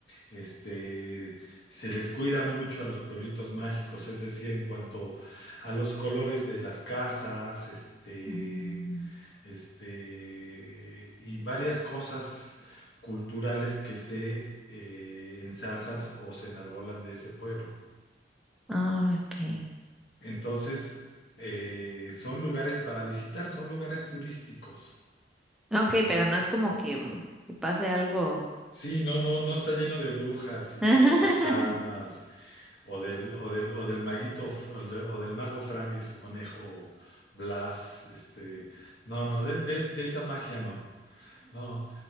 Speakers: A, on the left; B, in the centre.
A: este, se les cuida mucho a los pueblitos mágicos, es decir, en cuanto a los colores de las casas, este,
B: Mm,
A: este, y varias cosas culturales que se eh, ensalzan o se enarbolan de ese pueblo.
B: Ah, ok.
A: Entonces, eh, son lugares para visitar, son lugares turísticos.
B: Ah, Ok, pero no es como que, mm, que pase algo.
A: Sí, no, no, no está lleno de brujas y
B: <laughs>
A: de fantasmas o del, o del, o del maguito f- o, de- o del mago Frank y su conejo Blas, este, no, no, de, de- de esa magia no, no,